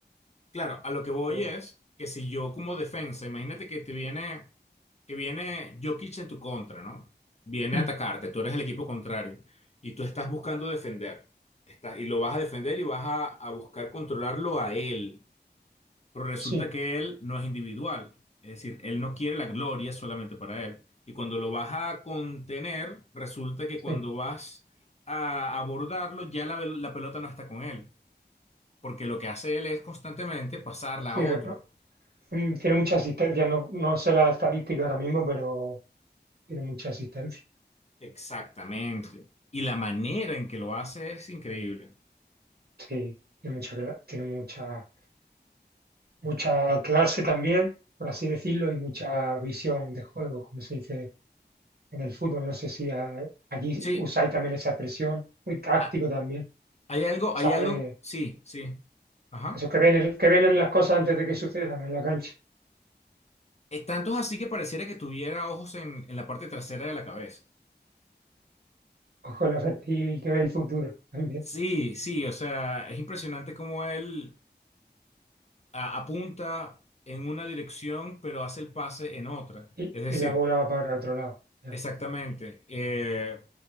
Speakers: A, on the left (about 40°); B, on the right (about 65°).
A: Claro, a lo que voy
B: por-
A: es que si yo como defensa, imagínate que te viene, que viene Jokic en tu contra, ¿no? Viene
B: Mm.
A: a atacarte, tú eres el equipo contrario y tú estás buscando defender, estás, y lo vas a defender y vas a, a buscar controlarlo a él, pero resulta
B: sí,
A: que él no es individual, es decir, él no quiere la gloria solamente para él. Y cuando lo vas a contener, resulta que cuando
B: sí,
A: vas a abordarlo, ya la, la pelota no está con él, porque lo que hace él es constantemente pasarla
B: sí,
A: a otro.
B: repa- mm, tiene mucha asistencia, no, no sé la estadística ahora mismo, pero tiene mucha asistencia,
A: Exactamente. Y la manera en que lo hace es increíble.
B: sí, tiene mucha, cla- tiene mucha mucha clase también, por así decirlo, y mucha visión de juego, como se dice en el fútbol. No sé si a- allí
A: Sí,
B: usáis también esa expresión, muy táctico
A: ha-
B: también,
A: hay algo,
B: ¿sabes?
A: hay algo, sí, sí. Ajá.
B: Esos que ven, el- que ven las cosas antes de que sucedan en la cancha.
A: Eh, tanto es así que pareciera que tuviera ojos en, en la parte trasera de la cabeza.
B: Ojo, el asertivo y que ve el futuro también.
A: Sí, sí, o sea, es impresionante cómo él a- apunta en una dirección, pero hace el pase en otra.
B: Y,
A: Es decir,
B: y la bola va para otro lado. Ya,
A: Exactamente. Eh,